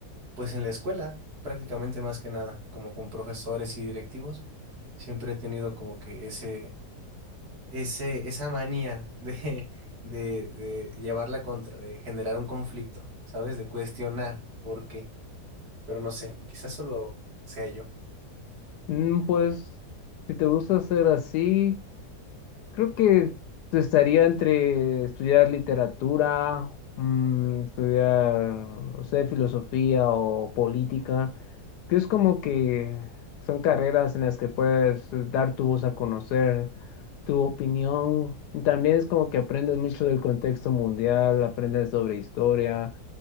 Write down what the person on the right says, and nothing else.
Pues en la escuela, prácticamente más que nada, como con profesores y directivos, siempre he tenido como que ese, ese, esa manía de, <laughs> de, de llevar la contra, de generar un conflicto, ¿sabes? De cuestionar por qué. Pero no sé, quizás solo sea yo.